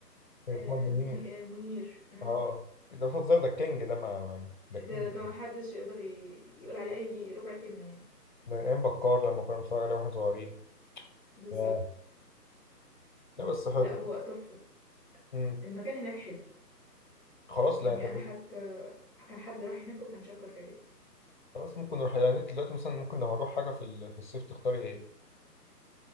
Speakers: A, on the left; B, in the centre.
A: طيب،
B: آه
A: محمد
B: مني
A: منير
B: آه منير مم.
A: اه ده بتهزر ده الكينج ده ما ما- ده
B: ده
A: الكينج
B: ده محدش يقدر ي- يقول عليه أي ربع كلمة يعني
A: ده من ايام بكار لما كنا بنتفرج عليه واحنا صغيرين
B: بالظبط
A: ياه. لا بس حلو
B: لا هو تحفة
A: امم
B: المكان هناك حلو
A: خلاص
B: يعني
A: لا طب
B: انا حتى كان حد راح هناك وكان شكر فيها جدا
A: خلاص ممكن نروح يعني انت دلوقتي مثلا ممكن لو هنروح حاجه في ال- في الصيف تختاري ايه